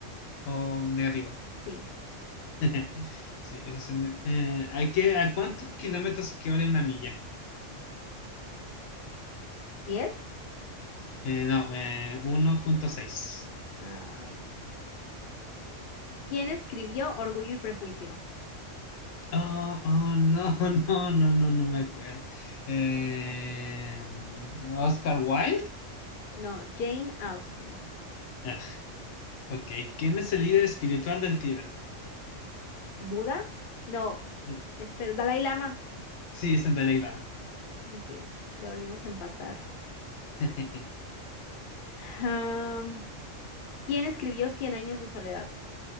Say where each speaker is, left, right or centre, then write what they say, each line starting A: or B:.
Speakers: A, on the left; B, on the left.
A: O negativo.
B: Sí.
A: <laughs> Sí, ese es el. ne- Eh, ¿a qué, a cuántos kilómetros equivale una milla?
B: ¿Diez?
A: Eh, no, eh, uno punto seis.
B: Ay. ¿Quién escribió Orgullo y Prejuicio?
A: Oh, oh, no, <laughs> no, no, no, no me acuerdo. Eh, Oscar Wilde.
B: No, Jane Austen.
A: Ah, ok, ¿quién es el líder espiritual del Tíbet?
B: ¿Buda? No.
A: Mm,
B: Espera, Dalai Lama.
A: Sí, es el Dalai Lama.
B: Ok, ya volvimos a empatar.
A: <laughs>
B: Am, ¿Quién escribió Cien años de soledad?